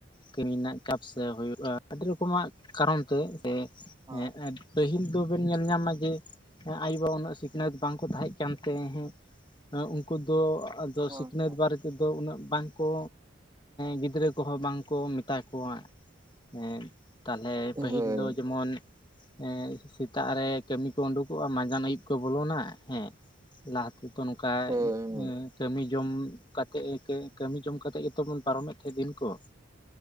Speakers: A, on the left; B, on the right.
A: ᱠᱟᱹᱢᱤ ᱨᱮᱱᱟᱜ ᱪᱟᱯᱥ ᱦᱩᱭᱩᱜ-ᱟ ᱟᱹᱰᱤ ᱨᱚᱠᱚᱢᱟᱜ ᱠᱟᱨᱚᱱ ᱛᱮ ᱥᱮ
B: ᱦᱳᱭ
A: ᱦᱮᱸ ᱮ ᱯᱟᱹᱦᱤᱞ ᱫᱚᱵᱮᱱ ᱧᱮᱞ ᱧᱟᱢᱟ ᱡᱮᱼᱼ ᱟᱭᱳ ᱵᱟᱵᱟ ᱩᱱᱟᱹᱜ ᱥᱤᱠᱷᱱᱟᱹᱛ ᱵᱟᱝᱠᱚ ᱛᱟᱦᱮᱸᱫ ᱠᱟᱱ ᱛᱮ ᱦᱮᱸᱼᱼ ᱟ ᱩᱱᱠᱩ ᱫᱚ ᱟᱫᱚ
B: ᱦᱳᱭ ᱦᱳᱭ
A: ᱥᱤᱠᱷᱱᱟᱹᱛ ᱵᱟᱨᱮᱛᱮᱼᱼ ᱩᱠᱩᱫᱚ ᱩᱱᱟᱹᱜ ᱵᱟᱝ ᱠᱚ ᱜᱤᱫᱽᱨᱟᱹ ᱠᱚᱦᱚᱸ ᱵᱟᱝ ᱠᱚ ᱢᱮᱛᱟ ᱠᱚᱣᱟ ᱾ ᱮᱸ ᱛᱟᱦᱞᱮ ᱯᱟᱹᱦᱤᱞ
B: ᱦᱳᱭ
A: ᱫᱚ ᱡᱮᱢᱚᱱᱼᱼ ᱦᱮᱸ ᱥᱮᱛᱟᱜ ᱨᱮ ᱠᱟᱹᱢᱤ ᱠᱚ ᱩᱰᱩᱠᱚᱜᱼᱟ ᱢᱟᱸᱡᱟᱱ ᱟᱹᱭᱩᱵ ᱠᱚ ᱵᱚᱞᱚᱱᱟ, ᱦᱮᱸᱼᱼ ᱞᱟᱦᱟ ᱛᱮᱫᱚ ᱱᱚᱝᱠᱟ
B: ᱦᱳᱭ ᱦᱳᱭ
A: ᱩᱸᱼᱺ ᱠᱟᱹᱢᱤ ᱡᱚᱢ ᱠᱟᱛᱮ ᱠᱟᱹᱢᱤ ᱡᱚᱢ ᱠᱟᱛᱮᱫ ᱜᱮᱛᱚ ᱵᱚᱱ ᱯᱟᱨᱚᱢᱮᱫ ᱛᱟᱦᱮᱸᱜ ᱫᱤᱱ ᱠᱚ ᱾